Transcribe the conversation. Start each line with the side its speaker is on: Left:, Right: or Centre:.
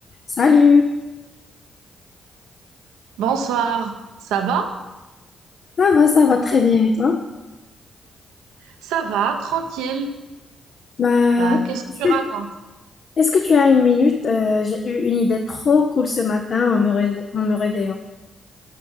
Left: Salut,
Right: Bonsoir, ça va?
Left: ça va, ça va très bien et toi?
Right: Ça va, tranquille.
Left: Bah,
Right: Bah, qu'est-ce que
Left: est-ce
Right: tu
Left: que,
Right: racontes?
Left: est-ce que tu as une minute? Euh, j'ai eu une idée trop cool ce matin en me, réve- en me réveillant.